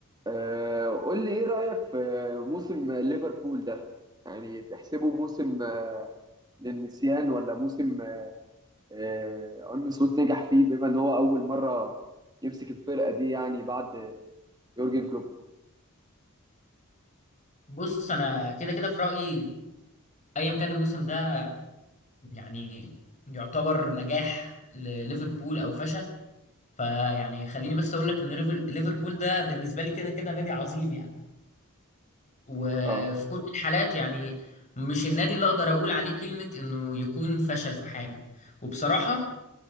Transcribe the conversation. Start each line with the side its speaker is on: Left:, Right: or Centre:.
Right: آه، قول لي ايه رأيك في موسم ليفربول ده يعني تحسبه موسم آه، للنسيان ولا موسم آه، ارن سلوت نجح فيه بما ان هو اول مرة يمسك الفرقة دي يعني بعد يورجن كلوب
Left: بص انا كده كده في رايي ايا كان الموسم ده يعني يعتبر نجاح لليفربول او فشل فيعني خليني بس اقول لك ان ريفل- ليفربول ده بالنسبه لي كده كده نادي عظيم يعني وفي
Right: اه
Left: كل الحالات يعني مش النادي اللي اقدر اقول عليه كلمه انه يكون فشل في حاجه وبصراحه